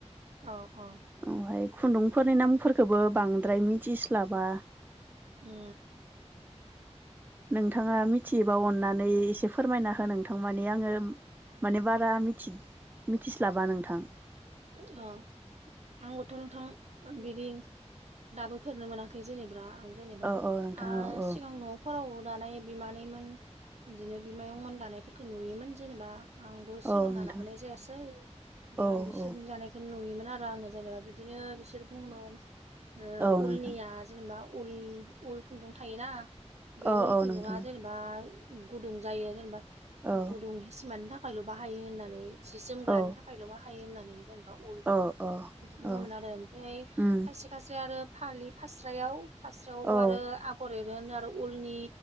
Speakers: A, on the right (about 70°); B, on the right (about 15°).
A: औ औ
B: <unintelligible> हाय खुन्दुंफोरनि नामफोरखौबो बांद्राय मिथिस्लाबा
A: उ
B: नोंथाङा मिथिबा अननानै एसे फोरमायना हो नोंथां मानि आङो माने बारा मिथि मिथिस्लाबा नोंथां
A: अ आंबोथ' नोंथां बिदि दाबो फेरनो मोनाखै जेनेबा जेनेबा
B: औ औ नोंथां
A: ओ
B: औ
A: सिगांनो खराव दानाय बिमानैमोन बिदिनो बिमायंमोन दानायफोरखौ नुयोमोन जेनेबा आंबो
B: औ
A: सोलोंना
B: नोंथां
A: लाबोनाय जायासै दा
B: औ
A: बिसोरनि
B: औ
A: जानाय <unintelligible> नुयोमोन आरो आङो जेनेबा बिदिनो बिसोर बुङोमोन ओ
B: औ
A: उलनिया
B: नोंथां
A: जेनेबा उल उल खुन्दुं थायोना बे
B: औ
A: उल
B: औ
A: खुन्दुङा
B: नोंथां
A: जेने बा गुदुं जायो जेनेबा
B: औ
A: गुदुं सिमानि थाखायल' बाहायो होननानै जि जोमग्रानि
B: औ
A: थाखायल' बाहायो होननानै जेनेबा उलखो
B: औ औ
A: बिदि बुङोमोन
B: औ
A: आरो ओमफ्राय
B: उम
A: खायसे खायसे आरो फालि फास्रायाव फास्रायावबो
B: औ
A: आरो आगर एरोनो आरो उलनि